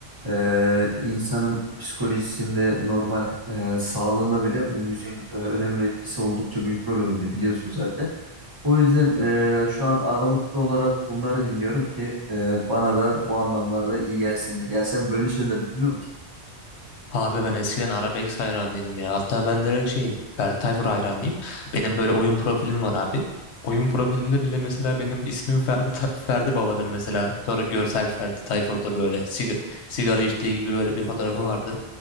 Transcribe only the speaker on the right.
Ee, insanın psikolojisinde normal e, sağlığında bile bu müziğin e, önemi ve etkisi oldukça büyük rol oynuyor biliyorsun zaten. O yüzden e, şu an aralıklı olarak bunları dinliyorum ki e, bana da bu anlamlarda iyi gelsin diye. Ya sen böyle şeyler dinliyor musun?